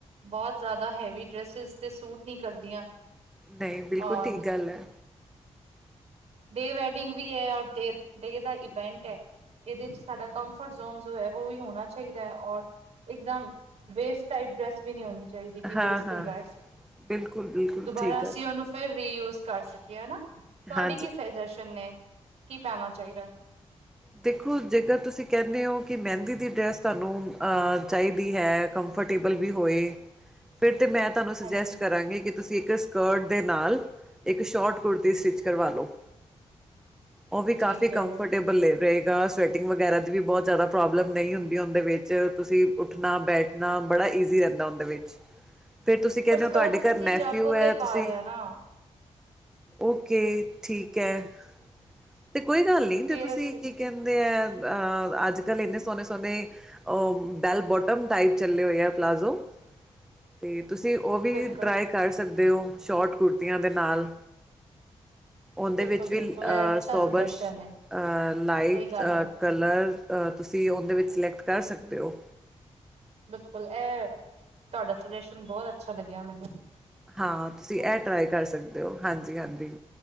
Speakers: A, on the right; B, in the centre.
A: ਬੋਤ ਜ਼ਿਆਦਾ ਹੈਵੀ ਡਰੈਸਿਸ ਤੇ- ਸੂਟ ਨੀ ਕਰਦੀਆਂ
B: ਨਹੀਂ, ਬਿਲਕੁਲ
A: ਔਰ
B: ਠੀਕ ਗੱਲ ਹੈ।
A: ਡੇ ਵੈਡਿੰਗ ਵੀ ਹੈ, ਔਰ ਡੇ ਡੇ ਦਾ ਇਵੈਂਟ ਹੈ। ਇਹਦੇ ਚ ਸਾਡਾ ਕੰਫਰਟ ਜ਼ੋਨ ਜੋ ਹੈ ਓ ਵੀ ਹੋਣਾ ਚਾਹੀਦਾ ਹੈ ।ਔਰ ਇੱਕਦਮ, ਵੇਸਟ ਟਾਈਪ ਡਰੈਸ ਵੀ ਨਈ ਹੋਣੀ ਚ ਚਾਹੀਦੀ ਕਿ
B: ਹਾਂ
A: ਵੇਸਟ
B: ਹਾਂ
A: ਹੋ ਜਾਏ,
B: ਬਿਲਕੁਲ ਬਿਲਕੁਲ
A: ਦੁਬਾਰਾ
B: ਠੀਕ
A: ਅਸੀਂ
B: ਗੱਲ
A: ਉਹਨੂੰ ਫੇਰ ਰੀਯੂਜ ਕਰ ਸਕੀਏ, ਹਨਾ। ਤੁਹਾਡੀ
B: ਹਾਂ
A: ਕੀ ਸਜੈਸ਼ਨ ਨੇ ਕੀ ਪਾਣਾ ਚਾਹੀਦਾ।
B: ਦੇਖੋ ਜੇਕਰ ਤੁਸੀਂ ਕਹਿੰਦੇ ਹੋ ਮਹਿੰਦੀ ਦੀ ਡਰੈਸ ਤੁਹਾਨੂੰ ਅ ਚਾਹੀਦੀ ਹੈ ਕੰਫਰਟੇਬਲ ਵੀ ਹੋਏ ਫੇਰ ਤੇ ਮੈਂ ਤੁਹਾਨੂੰ ਸੁਜੈਸਟ
A: ਹਾਂਜੀ
B: ਕਰਾਂਗੀ ਕਿ ਤੁਸੀਂ ਸਕਰਟ ਦੇ ਨਾਲ ਇੱਕ ਸ਼ਾਰਟ ਕੁੜਤੀ ਸਟਿੱਚ ਕਰਵਾ ਲਓ। ਉਹ ਵੀ
A: ਠੀਕ
B: ਕਾਫੀ ਕੰਫਰਟੇਬਲੇ।
A: ਹੈ
B: ਰਹੇਗਾ ਸਵੈਟਿੰਗ ਵਗੈਰਾ ਦੀ ਵੀ ਬਹੁਤ ਜ਼ਿਆਦਾ ਪ੍ਰੋਬਲਮ ਨਹੀਂ ਹੁੰਦੀ ਉਹਦੇ ਵਿੱਚ ਤੁਸੀਂ ਉੱਠਣਾ ਬੈਠਣਾ ਬੜਾ ਈਜ਼ੀ ਰਹਿੰਦਾ ਉਹਦੇ ਵਿੱਚ। ਫਿਰ ਤੁਸੀਂ ਕਹਿੰਦੇ
A: ਪਰ ਸਕਰਟ
B: ਹੋ ਤੁਹਾਡੇ
A: ਤੇ
B: ਘਰ
A: ਅਸੀ,
B: ਨੈਫਿਊ
A: ਜਾਗੋ ਤੇ
B: ਹੈ
A: ਪਾ
B: ਤੁਸੀਂ
A: ਰੇਆ ਨਾ
B: ਓਕੇ ਠੀਕ ਹੈ। ਤੇ ਕੋਈ ਗੱਲ ਨੀ,
A: ਫੇਰ
B: ਤੇ ਤੁਸੀਂ
A: ਅਸੀਂ
B: <unintelligible> ਅੱਜ-ਕੱਲ ਇੰਨੇ ਸੋਨੇ- ਸੋਨੇ ਅ ਬੈਲ ਬੋਟਮ, ਟਾਈਪ ਚੱਲੇ ਹੋਏ ਆ ਪਲਾਜ਼ੋ। ਤੇ ਤੁਸੀਂ ਓ ਵੀ
A: ਬਿਲਕੁਲ
B: ਟਰਾਈ ਕਰ ਸਕਦੇ ਓ, ਸ਼ੋਟ ਕੁਰਤੀਆਂ ਦੇ ਨਾਲ। ਓਂਦੇ
A: ਬਿਲਕੁਲ
B: ਵਿੱਚ
A: ਬਿਲਕੁਲ
B: ਵੀ, ਅ
A: ਇਹ ਅੱਛਾ
B: ਸੋਬਰਸ਼
A: ਸਜੈਸ਼ਨ ਹੈ
B: ਅ ਲਾੲਟ
A: ਸਹੀ ਗੱਲ
B: ਅ,
A: ਹੈ
B: ਕਲਰ ਅ, ਤੁਸੀਂ ਓਦੇ ਵਿੱਚ ਸਿਲੈਕਟ ਕਰ ਸਕਦੇ ਹੋ।
A: ਬਿਲਕੁਲ ਐਹ ਤੁਹਾਡਾ ਸੁਜੈਸ਼ਨ, ਬੋਤ ਅੱਛਾ ਲੱਗਿਆ ਮੈਨੂੰ।
B: ਹਾਂ, ਤੁਸੀਂ
A: ਹਨਾ
B: ਇਹ ਟਰਾਈ ਕਰ ਸਕਦੇ ਹੋ, ਹਾਂਜੀ-ਹਾਂਜੀ।